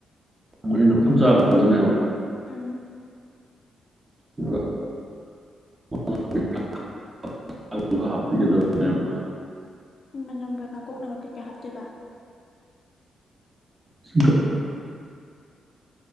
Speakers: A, on the right; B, on the left.
A: ꯃꯣꯏ ꯆꯥꯕ ꯉꯣꯗꯝꯅꯦꯕ
B: ꯑꯝ
A: ꯍꯥ
B: ꯃꯅꯝ ꯀꯀꯥ ꯀꯣꯛꯅꯕ ꯀꯩꯀꯥ ꯍꯥꯞꯇꯣꯏꯕ
A: ꯁꯤꯗ